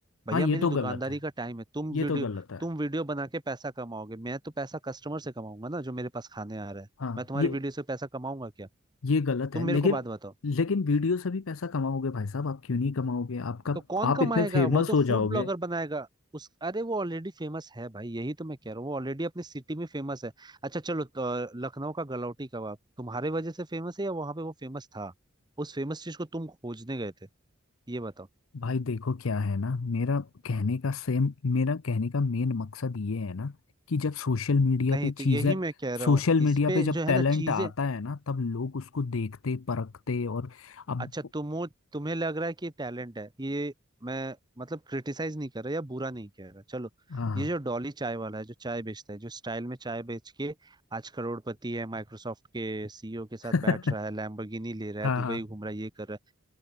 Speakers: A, on the right; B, on the left.
A: भैया
B: हाँ ये
A: मेरी
B: तो
A: दुकानदारी
B: गलत है
A: का टाइम है तुम
B: ये
A: वीडियो
B: तो गलत है
A: तुम वीडियो बना के पैसा कमाओगे मैं तो पैसा कस्टमर से कमाऊंगा ना जो मेरे पास खाने आ रहा है
B: हाँ
A: मैं तुम्हारी
B: ये
A: वीडियो से पैसा कमाऊंगा क्या
B: ये गलत
A: तुम
B: है
A: मेरे
B: लेकिन
A: को बात बताओ
B: लेकिन वीडियो से भी पैसा कमाओगे भाई साहब आप क्यों नहीं कमाओगे आपका
A: तो कौन
B: आप
A: कमाएगा
B: इतने फेमस
A: वो तो
B: हो जाओगे
A: फूड ब्लॉगर बनाएगा उस अरे वो ऑलरेडी फेमस है भाई यही तो मैं कह रहा हूँ वो ऑलरेडी अपने सिटी में फेमस है अच्छा चलो तो, लखनऊ का गलौटी कबाब तुम्हारे वजह से फेमस है या वहां पे वो फेमस था उस फेमस चीज को तुम खोजने गए थे ये बताओ
B: भाई देखो क्या है ना मेरा कहने का सेम मेरा कहने का मेन मकसद ये है ना कि जब सोशल मीडिया
A: नहीं
B: पे
A: तो
B: चीज़ें
A: यही मैं कह रहा
B: सोशल
A: हूँ
B: मीडिया
A: इस पे
B: पे
A: जो
B: जब
A: है
B: टैलेंट
A: ना चीजें
B: आता है ना तब लोग उसको देखते परखते और अब
A: अच्छा तुम तुम्हें लग रहा है कि टैलेंट है ये मैं मतलब क्रिटिसाइज नहीं कर रहा या बुरा नहीं कह रहा चलो
B: हाँ
A: ये जो डॉली चाय वाला है जो चाय बेचता है जो स्टाइल में चाय बेच के आज करोड़पति है माइक्रोसॉफ्ट के सीईओ के साथ
B: <laughs>
A: बैठ रहा है लैम्बोर्गिनी ले रहा
B: हाँ
A: है दुबई
B: हाँ
A: घूम रहा है ये कर रहा है